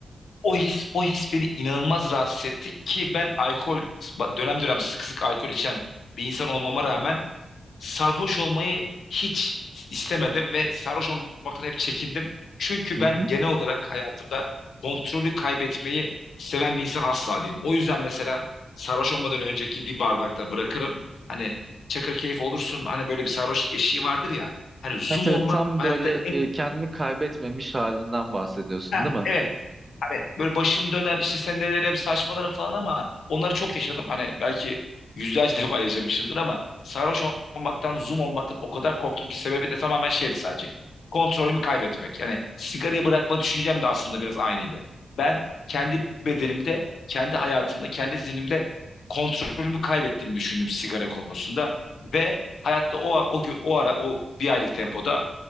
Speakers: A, on the left; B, on the right.
A: O his, o his beni inanılmaz rahatsız etti ki ben alkol dönem dönem sık sık alkol içen bir insan olmama rağmen sarhoş olmayı hiç istemedim ve sarhoş olmaktan hep çekindim. Çünkü
B: Hı
A: ben
B: hı.
A: genel olarak hayatımda kontrolü kaybetmeyi seven bir insan asla değilim. O yüzden mesela sarhoş olmadan önceki bir bardakta bırakırım. Hani çakır keyif olursun hani böyle bir sarhoş eşiği vardır ya. Hani zoom
B: Evet, evet,
A: olmak
B: tam
A: hayatta
B: böyle
A: en
B: e, kendini kaybetmemiş halinden bahsediyorsun,
A: Heh,
B: değil mi?
A: evet Hani böyle başım döner işte sendelerim saçmalarım falan ama onları çok yaşadım. Hani belki yüzlerce <laughs> defa yaşamışımdır ama sarhoş olmaktan, zoom olmaktan o kadar korktum ki sebebi de tamamen şeydi sadece. Kontrolümü kaybetmek. Yani sigarayı bırakma düşüncem de aslında biraz aynıydı. Ben kendi bedenimde, kendi hayatımda, kendi zihnimde kontrolümü kaybettiğimi düşündüm sigara konusunda ve hayatta o o gö- o ara o bir aylık tempoda